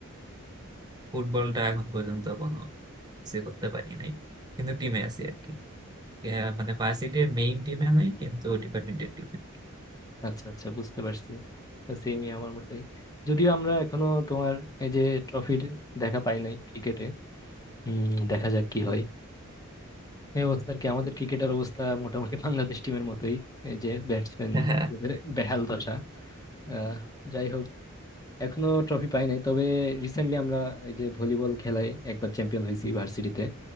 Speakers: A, on the right; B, on the left.
A: ফুটবলটা এখন পর্যন্ত কোনো কিছু করতে পারি নাই কিন্তু টিমে আছি আর কি আহ, মানে ভার্সিটির মেইন টিমে নাই কিন্তু ডিপার্টমেন্টের টিমে
B: আচ্ছা আচ্ছা বুঝতে পারছি সেমই আমার মতোই যদিও আমরা এখনো তোমার এই যে ট্রফির দেখা পাই নাই ক্রিকেটে হম দেখা যাক কি হয় এই অবস্থা আর কি আমাদের ক্রিকেটের অবস্থা মোটামুটি বাংলাদেশ টিমের মতোই এই যে ব্যাটসম্যান
A: হ্যাঁ <laughs>
B: বেহাল দশা আহ, যাই হোক এখনো ট্রফি পাই নাই তবে রিসেন্টলি আমরা এই যে ভলিবল খেলায় একবার চ্যাম্পিয়ন হয়েছি ভার্সিটিতে